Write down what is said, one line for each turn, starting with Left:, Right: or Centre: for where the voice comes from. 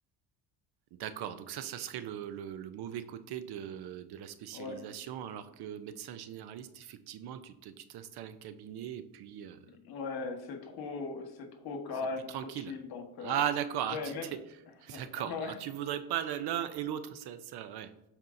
Right: D'accord. Donc ça, ça serait le, le- le mauvais côté de, de la spécialisation,
Left: Ouais,
Right: alors que médecin généraliste, effectivement, tu te- tu t'installes un cabinet et puis euh,
Left: ouais, c'est trop, c'est trop calme,
Right: C'est plus tranquille.
Left: trop chill. Donc, euh,
Right: Ah d'accord,
Left: ouais,
Right: ah, tu
Left: même,
Right: t'es...
Left: <laughs>
Right: <laughs> D'accord.
Left: ouais,
Right: Ah, tu voudrais pas l'un et l'autre, ça, ça, ouais.